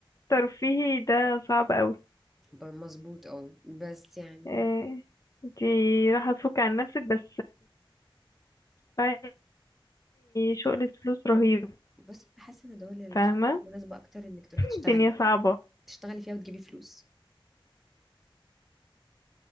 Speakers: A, on the left (about 40°); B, in the centre.
A: ترفيهي ده صعب قوي
B: ب- مظبوط اه بس يعني
A: إيه انتي راح تفك عن نفسك بس هتدفعي شغلة فلوس رهيبة
B: بصي حاسه ان دول الخليج
A: فاهمة
B: مناسبه اكتر انك تروحي تشتغلي
A: الدنيا
B: فيها
A: صعبة
B: تشتغلي فيها وتجيبي فلوس